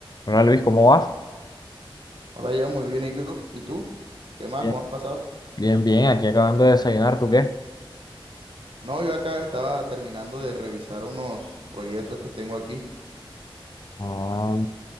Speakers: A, on the left (about 45°); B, on the right (about 70°).
A: Hola Luis, ¿cómo vas?
B: Hola, yo muy bien. ¿Y tú? ¿Y tú? ¿Qué más?
A: Bien,
B: ¿Cómo has pasado?
A: bien, bien, aquí acabando de desayunar, ¿tú qué?
B: No, yo acá estaba terminando de revisar unos proyectos que tengo aquí.
A: Ah,